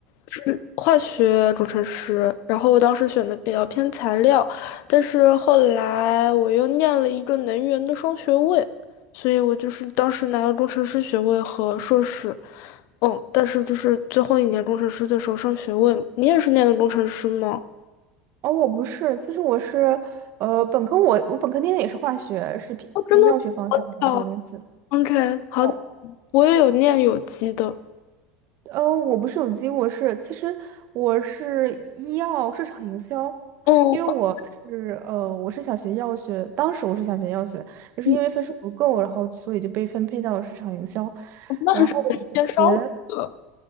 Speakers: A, on the left; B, on the right.
A: 是化学工程师，然后我当时选的比较偏材料，但是后来我又念了一个能源的双学位，所以我就是当时拿了工程师学位和硕士，嗯，但是就是最后一年工程师的时候上学位嘛你也是念的工程师吗？
B: 哦，我不是，其实我是，呃，本科我我本科念的也是化学，是偏药学方向的这个东西。
A: 哦，真的。好 OK，好，
B: 对，
A: 我也有念有机的，
B: 呃，我不是有机，我是其实我是医药市场营销，
A: 哦，
B: 因为我是呃我是想学药学，当时我是想学药学，就是因为分数不够，
A: 嗯
B: 然后所以就被分配到了市场营销，
A: 那还是偏商科的，
B: 然后我们学，